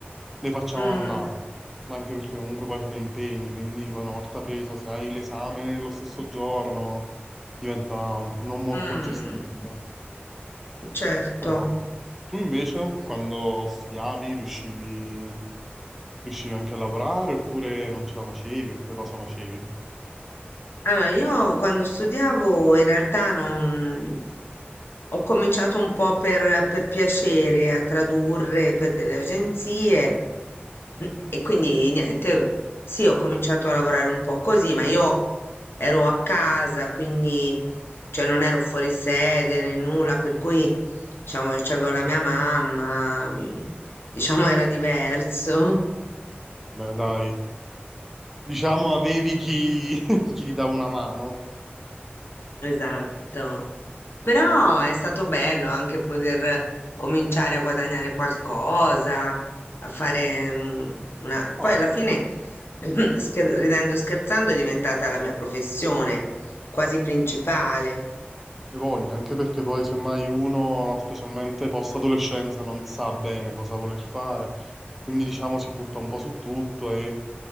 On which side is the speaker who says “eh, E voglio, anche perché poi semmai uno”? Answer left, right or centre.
Centre